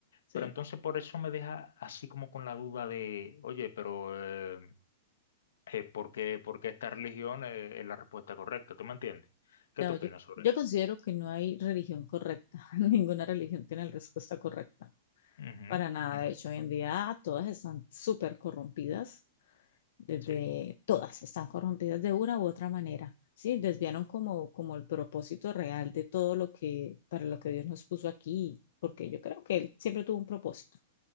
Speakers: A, on the left; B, on the left.
A: Sí.
B: Pero entonces por eso me deja así como con la duda de, oye, pero eh, eh, porque qué, esta religión eh, es la respuesta correcta? ¿Tú me entiendes? ¿Qué
A: No,
B: tú
A: yo,
B: opinas sobre
A: yo
B: eso?
A: considero que no hay religión correcta. <laughs> Ninguna religión tiene la respuesta correcta.
B: Ujú,
A: Para nada.
B: ujú,
A: De hecho, hoy en día todas están súper corrompidas. Desde
B: sí.
A: todas están corrompidas de una u otra manera. Sí, desviaron como, como el propósito real de todo lo que, para lo que Dios nos puso aquí, porque yo creo que Él siempre tuvo un propósito.